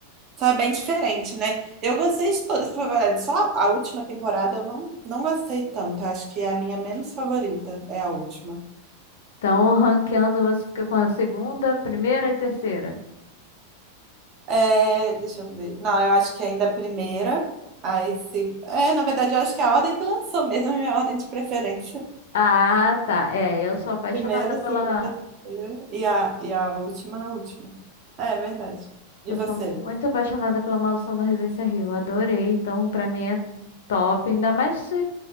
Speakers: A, on the right; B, on the left.
A: Só é bem diferente, né? Eu gostei de todas, pra falar a verdade. Só a última temporada eu não, não gostei tanto. Eu acho que é a minha menos favorita, é a última.
B: Então, ranqueando, você fica com a segunda, primeira e terceira.
A: É, deixa eu ver. Não, eu acho que ainda é a primeira. Aí se... É, na verdade, eu acho que é a ordem que lançou mesmo, <laughs> é a minha ordem de preferência.
B: Ah, tá. É, eu sou apaixonada
A: Primeira,
B: pela.
A: segunda, terceira e a, e a última, a última. É, é verdade. E
B: Eu
A: você?
B: sou muito apaixonada pela Maldição da Residência Rio. Adorei. Então, pra mim é top. Ainda mais se